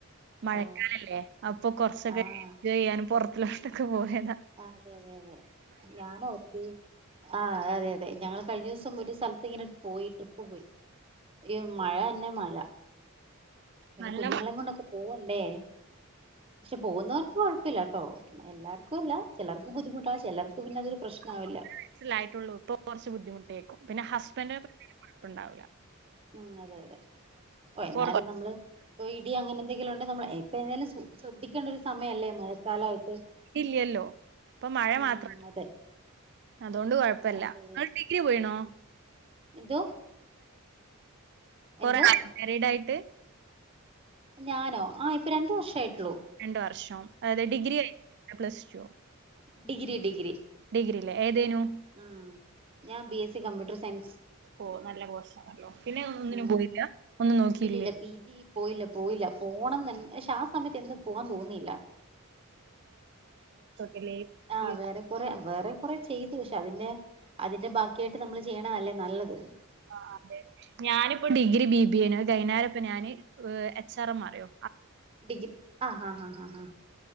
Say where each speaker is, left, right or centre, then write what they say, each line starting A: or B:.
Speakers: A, on the right; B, on the right.
A: മഴക്കാലല്ലേ
B: ഓ
A: അപ്പൊ കൊറച്ചൊക്കെ
B: ആഹ്
A: <unintelligible> ചെയ്യാനും പൊറത് <unintelligible> പോയേ
B: അതെ അതെ അതെ ഞാൻ ഓർത്തി ആഹ് അതെ അതെ ഞങ്ങള് കഴിഞ്ഞ ദിവസം ഒരു സ്ഥലത്ത് ഇങ്ങനെ പോയി ട്രിപ്പ് പോയി യ്യോ മഴ തന് ന്നെ മഴ പിന്നെ
A: നല്ല
B: കുഞ്ഞുങ്ങളേം കൊണ്ടൊക്കെ പോവ ല്ലേ പക്ഷെ പോകുന്നവർക്ക് കൊഴപ്പില്ലട്ടോ എല്ലാർക്കും അല്ല ചെലർക്ക് ബുദ്ധിമുട്ടാ ചെലർക്ക് പിന്നെ അതൊരു പ്രശ്നാവില്ല
A: <inaudible> സ്സിലായിട്ടുള്ളൂ പ്പോ കുറച്ച് ബുദ്ധിമുട്ടേക്കും പിന്നെ ഹസ്ബന്റ് <unintelligible> കൊഴപ്പുണ്ടാവില്ല
B: മ് അതെ അതെ ഓ എന്നാലും
A: പുറത്ത്
B: നമ്മള് ഓ ഇടി അങ്ങനെ എന്തെങ്കിലും ഒണ് <unintelligible> നമ്മള് ഏപ് <unintelligible> ശു ശ്രദ്ധിക്കേണ്ട ഒരു സമയല്ലേ മഴക്കാലായിട്ട്,
A: ഇല്ലല്ലോ ഇപ്പൊ മഴ
B: മ്
A: മാത്രം
B: അതെ
A: അതുകൊണ്ട് കുഴപ്പല്ല
B: അതെ
A: ഡിഗ്രി പോയിണോ
B: മ് എന്തോ
A: കൊറെ
B: എന്തോ
A: <inaudible> ആയിട്ട്?
B: ഞാനോ ആ ഇപ്പ രണ്ടു വർഷ ആയിട്ടുള്ളൂ.
A: രണ്ട് വർഷം അതെ ഡിഗ്രി <unintelligible> പ്ലസ് ടുവോ?
B: ഡിഗ്രി ഡിഗ്രി
A: ഡിഗ്രില്ലേ ഏതേനു?
B: ആ ഞാൻ B S C computer science
A: ഓ നല്ല കോഴ്സാണല്ലോ പിന്നെ ഒന്നിനും
B: ആ
A: പോയില്ല ഒന്നും നോക്കിയില്ലേ
B: ഇല്ലില്ല പിജി പോയില്ല പോയില്ല പോണംന്ന്ണ് ക്ഷേ ആ സമയത്ത് എന്ത് പോവാാൻ തോന്നിയില്ല.
A: എല്ലെ
B: ആ
A: <unintelligible>
B: വേറെ കൊറെ വേറെ കൊറെ ചെയ്തു, പക്ഷെ അതിന്റെ അതിന്റെ ബാക്കിയായിട്ട് നമ്മള് ചെയ്യണ അല്ലേ നല്ലത്.
A: ആ അതെ ഞാനിപ്പോ ഡിഗ്രി ബി ബി എ ണ് ജൈനാരപ്പം ഞാന് വ് എച്ച് ആർ എം മാറിയോ
B: ഡിഗ്രി ആഹ് ആഹ് ഹാ ആഹ് ഹ